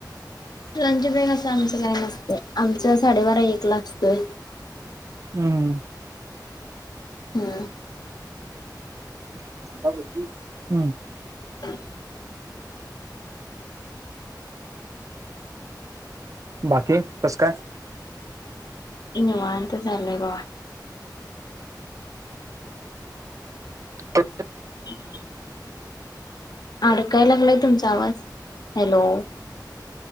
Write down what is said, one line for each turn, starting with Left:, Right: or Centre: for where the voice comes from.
Left: लंच ब्रेक असं आमचं काय नसतंय, आमचं साडेबारा एकला असतोय
Right: हम्म.
Left: हम्म.
Right: <unintelligible>
Left: <inaudible>
Right: बाकी कसं काय?
Left: निवांत चालुआय बघा.
Right: हो <unintelligible>
Left: <inaudible> अडकाय लागलाय तुमचा आवाज,, हॅलो.